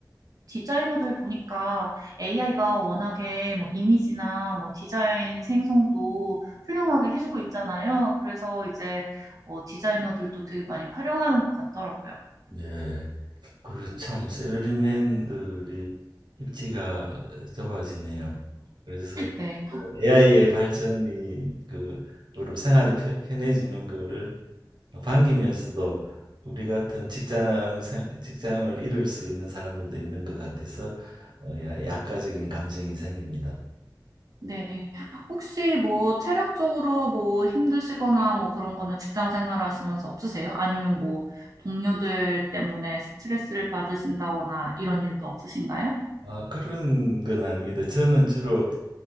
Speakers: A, on the right; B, on the right.
A: 디자이너들 보니까 AI가 워낙에 뭐 이미지나 뭐 디자인 생성도 훌륭하게 해주고 있잖아요. 그래서 이제 어, 디자이너들도 되게 많이 활용하는 것 같더라고요.
B: 네. 그 참 셀러리맨들이 입지가 좁아지네요. 그래서
A: 네.
B: AI의 발전이 그 으로 생활이 편- 편해지는 거를 반기면서도 우리 같은 직장 생- 직장을 잃을 수 있는 사람들도 있는 것 같아서 어, 야- 양가적인 감정이 생깁니다.
A: 네. 혹시 뭐 체력적으로 뭐 힘드시거나 뭐 그런 거는 직장 생활 하시면서 없으세요? 아니면 뭐 동료들 때문에 스트레스를 받으신다거나 이런 일도 없으신가요?
B: 아, 그런 건 아닙니다. 저는 주로